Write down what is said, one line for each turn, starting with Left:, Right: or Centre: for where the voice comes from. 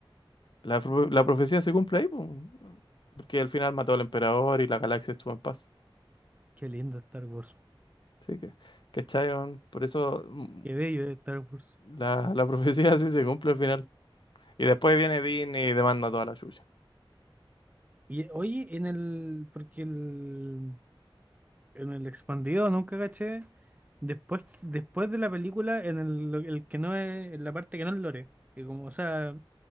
Left: la, pro- la profecía se cumple ahí, po, porque al final mató al emperador y la galaxia estuvo en paz.
Right: Qué lindo Star Wars.
Left: Sí, que, ¿cachai? weón? Por eso mm,
Right: Qué bello es Star Wars.
Left: la, la <laughs> profecía sí se cumple al final. Y después viene Disney y demanda toda la chucha.
Right: Y oye, en el. Porque el. En el expandido nunca caché. Después, después de la película, en el, el que no es, en la parte que no es lore, que como, o sea,